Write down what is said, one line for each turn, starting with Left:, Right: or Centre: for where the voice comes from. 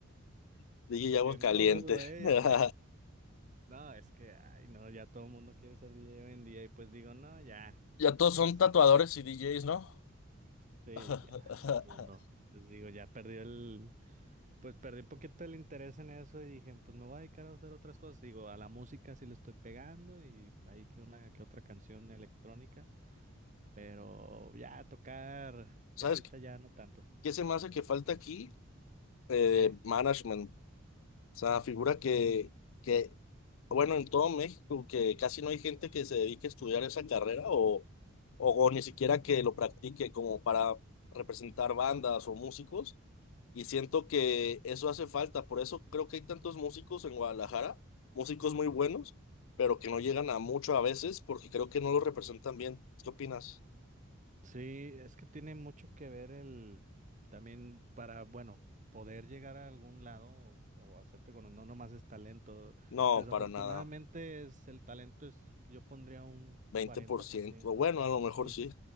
Left: <laughs> DJ
Right: que
Left: Agua
Right: no
Left: Caliente.
Right: lo dudo, eh.
Left: <laughs>
Right: No, es que, ay, no, ya todo el mundo quiere ser DJ hoy en día y pues digo, no, ya,
Left: Ya todos
Right: o
Left: son
Right: sea,
Left: tatuadores y DJs, ¿no?
Right: sí,
Left: <laughs>
Right: ya,
Left: Ajá.
Right: todo el mundo, pues digo, ya perdí el, pues perdí un poquito el interés en eso y dije, pues me voy a dedicar a hacer otras cosas, digo, a la música sí le estoy pegando y hay que una que otra canción electrónica, pero ya tocar,
Left: ¿Sabes
Right: ya ahorita
Left: qué
Right: ya no tanto,
Left: qué se me hace que falta aquí? Eh,
Right: sí
Left: management. O sea, figura que, que, bueno, en todo México, que casi no hay gente que se dedique a estudiar esa carrera o, o, o ni siquiera que lo practique como para representar bandas o músicos. Y siento que eso hace falta. Por eso creo que hay tantos músicos en Guadalajara, músicos muy buenos, pero que no llegan a mucho a veces porque creo que no lo representan bien. ¿Qué opinas?
Right: Sí, es que tiene mucho que ver el también para, bueno, poder llegar a algún lado o, o hacerte con, no nomás es talento.
Left: No,
Right: Desafortunadamente
Left: para nada.
Right: es el talento es yo pondría un
Left: veinte
Right: cuarenta
Left: por ciento
Right: por ciento
Left: Bueno, a lo mejor
Right: Sí.
Left: sí.